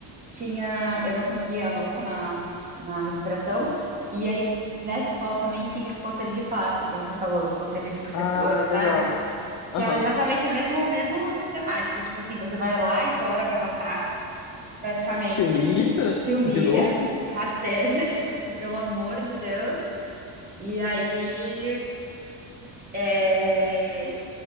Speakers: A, on the right; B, on the left.
A: tinha, eu não conseguia a nota na, na recuperação. E aí nessa escola também tinha esse conselho de classe que você falou, conselho de professores,
B: Ah, legal.
A: sabe? Que
B: Aham.
A: era exatamente a mesma, mesmo sistemática, tipo assim, você vai lá, implora pra passar, praticamente,
B: Se humilha <laughs>
A: se humilha,
B: de novo.
A: rasteja, <laughs> tipo, e pelo amor de Deus, E aí é,